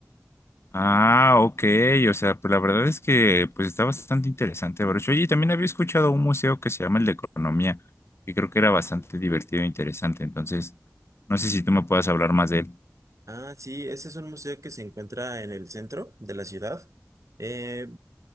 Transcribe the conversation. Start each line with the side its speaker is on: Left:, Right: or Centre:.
Left: Ah, ok, o sea, pues la verdad es que pues está bastante interesante, Baruch. Oye, y también había escuchado un museo que se llama el de Economía, que creo que era bastante divertido e interesante, entonces no sé si tú me puedas hablar más de él.
Right: Ah, sí, ese es un museo que se encuentra en el centro de la ciudad. Eh,